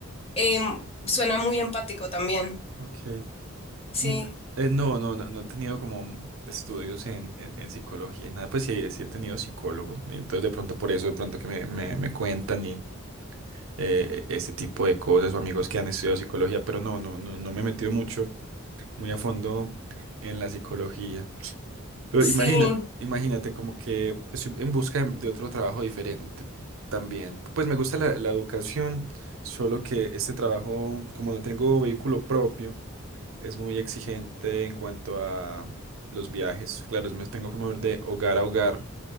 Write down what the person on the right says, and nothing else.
Ok.
Mm, eh, no, no, no, no he tenido como estudios en, en, en psicología y nada, pues sí, sí he tenido psicólogo. Entonces, de pronto por eso, de pronto que me, me, me cuentan y eh, ese tipo de cosas o amigos que han estudiado psicología, pero no, no, no, no me he metido mucho, muy a fondo en la psicología. Pero
imagínate, imagínate como que estoy en busca de, de otro trabajo diferente también. Pues me gusta la, la educación, solo que este trabajo, como no tengo vehículo propio, es muy exigente en cuanto a los viajes. Claro, me tengo que mover de hogar a hogar